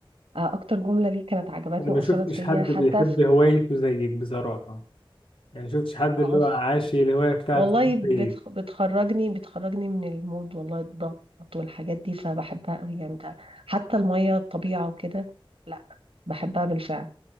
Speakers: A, on the right; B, on the left.
A: آه، اكتر جمله ليه كانت عجبتني
B: أنا ما
A: واثرت
B: شفتش
A: فيا
B: حد
A: حتى
B: بيحب
A: في
B: هوايته زيك بصراحة يعني ما شفتش حد
A: اه
B: اللي هو عاشي الهواية بتاعته
A: والله
B: دي زيك
A: بتخ... بتخرجني بتخرجني من المود والله الضغط والحاجات دي فبحبها قوي يعني ده حتى المية الطبيعة وكده لا بحبها بالفعل